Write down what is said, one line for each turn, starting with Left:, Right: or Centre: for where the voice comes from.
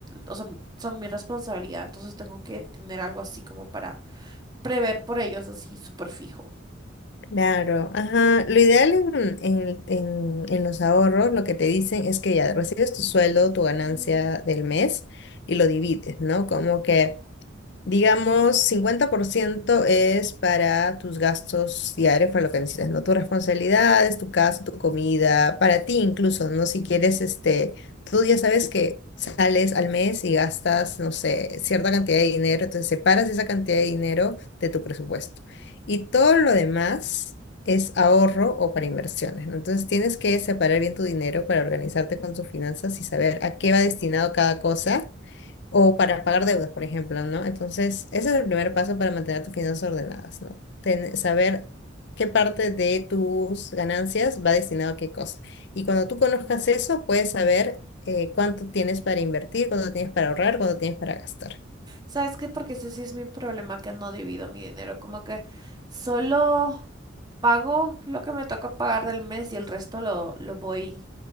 Right: o sea, son mi responsabilidad, entonces tengo que tener algo así como para prever por ellos así súper fijo.
Left: claro, ajá. Lo ideal en, en, en, en los ahorros, lo que te dicen es que ya recibes tu sueldo, tu ganancia
Right: Ujú,
Left: del mes y lo divides, ¿no? Como que... Digamos, 50% es para tus gastos diarios, para lo que necesitas, ¿no? Tus responsabilidades, tu casa, tu comida, para ti incluso, ¿no? Si quieres, este, tú ya sabes que sales al mes y gastas, no sé, cierta cantidad de dinero, entonces separas esa cantidad de dinero de tu presupuesto. Y todo lo demás es ahorro o para inversiones, ¿no? Entonces tienes que separar bien tu dinero para organizarte con tus finanzas y saber a qué va destinado cada cosa o para pagar deudas, por ejemplo, ¿no? Entonces, ese es el primer paso para mantener tus finanzas ordenadas, ¿no? Ten- saber qué parte de tus ganancias va destinado a qué cosa. Y cuando tú conozcas
Right: ujú.
Left: eso, puedes saber eh, cuánto tienes para invertir, cuánto tienes para ahorrar, cuánto tienes para gastar.
Right: ¿Sabes qué? Porque ese sí es mi problema, que no divido mi dinero. Como que solo pago lo que me toca pagar del mes y el resto lo, lo voy